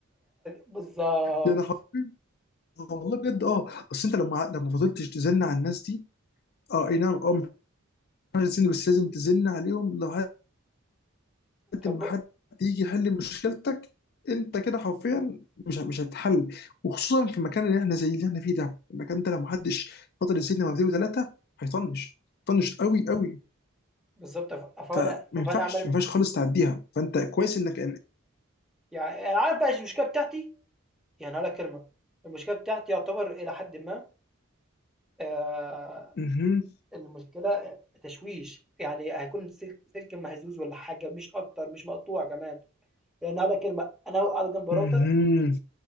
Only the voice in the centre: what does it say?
بالظبط
طب
بالظبط ف- فانا
فانا عمال ب-
يعني انا عارف بقى المشكله بتاعتي يعني هقول لك كلمه المشكله بتاعتي يعتبر الى حد ما آه
المشكله تشويش يعني هيكون سلك سلك مهزوز ولا حاجه مش اكتر مش مقطوع كمان يعني هقول لك كلمه انا قاعد جنب راوتر